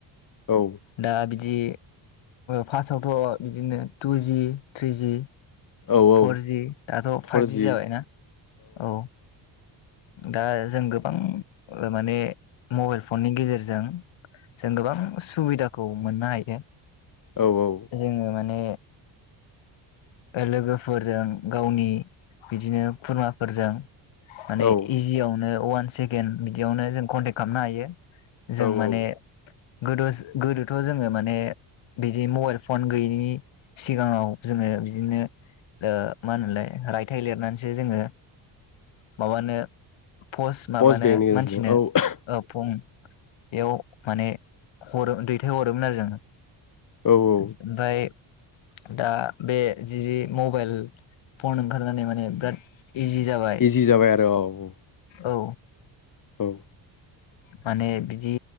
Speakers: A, on the left; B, on the left.
A: औ
B: दा बि दि फार्स्टआवथ' बिदिनो टुजि थ्रिजि
A: औ औ
B: फरजि दाथ'
A: फरजि
B: फाइभजि जाबायना औ दा जों गोबां माने मबाइल फननि गेजेरजों जों गोबां सुबिदाखौ मोननो हायो
A: औ औ
B: जोङो माने लोगोफोरजों गावनि बिदिनो खुरमाफोरजों माने
A: औ
B: इजियावनो वान सेकेन्दड बिदियावनो जों कन्टेक्ट खालामनो हायो जों
A: औ
B: माने
A: औ
B: गोदो गोदोथ' जोङो माने बिदि मबाइल फन गैयैनि सिगाङाव जोङो बिदिनो मा होनोमलाय रायथाइ लिरनानैसो जोङो माबानो पस माबानो
A: पस्ट बेंकनि गेजेरजों
B: मानसिनो
A: औ
B: फं बेयाव माने हरो दैथाय हरोमोन आरो जोङो
A: औ औ
B: ओमफ्राय दा बे जि मबाइल फन ओंखारनानै माने बिराद इजि जाबाय
A: इजि जाबाय आरो औ।
B: औ
A: औ
B: माने बिदि